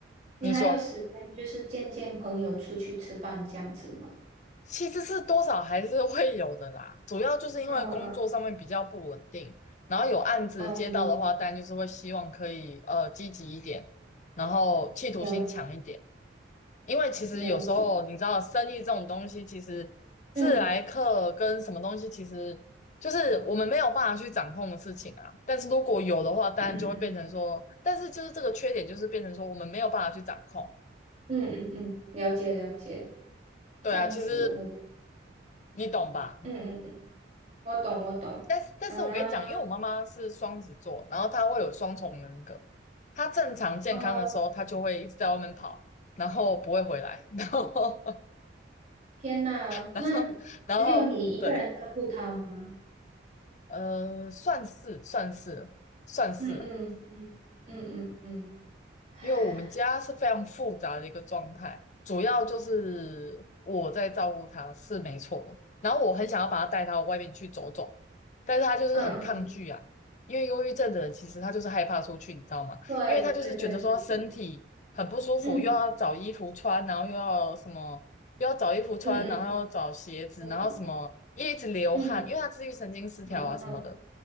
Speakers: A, on the right; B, on the left.
A: 你还有时间就是见见朋友出去吃饭这样子吗？
B: 你说。其实是多少还是会有的啦，主要就是因为工作上面比较不稳定，
A: 嗯嗯
B: 然后有案子接到的话，
A: 嗯，
B: 当然就是会希望可以呃积极一点，然后企图心强一点。
A: 了
B: 因为其实有时候你知道，
A: 了解，
B: 生意这种东西，其实自来客跟什么东西，
A: 嗯
B: 其实就是我们没有办法去掌控的事情啊。但是如果有的话，当然就会变成说，
A: 嗯
B: 但是就是这个缺点就是变成说我们没有办法去掌控。
A: 嗯嗯嗯，嗯了解了解，
B: 对啊，
A: 这样子我。
B: 其实你懂吧？
A: 嗯嗯我懂，我懂啊，
B: 但是，但是我跟你讲，因为我妈妈是双子座，然后她会有双重人格。她正常健康的时候，
A: 哦，
B: 她就会一直在外面跑，然后不会回来，<laughs> 然后，
A: 天呐，
B: 然后，
A: 那 <laughs>
B: 然后，
A: 只有你一个人照顾他吗？
B: 对，呃，算是，算是，算是。
A: 嗯嗯嗯嗯嗯嗯，唉，
B: 因为我们家是非常复杂的一个状态，主要就是我在照顾他是没错的，然后我很想要把他带到外面去走走，但是他就是很抗拒啊，
A: 嗯嗯，
B: 因为忧郁症的人其实他就是害怕出去，你知道吗？
A: 对对对对对，
B: 因为他就是觉得说他身体很不舒服，
A: 嗯
B: 又要找衣服穿，然后又要什么，又要找衣服穿，
A: 嗯嗯，
B: 然后又要找鞋子，
A: 我懂，
B: 然后什么，一直流汗，
A: 嗯
B: 因为他自律神经失调啊什么的。
A: 嗯嗯嗯，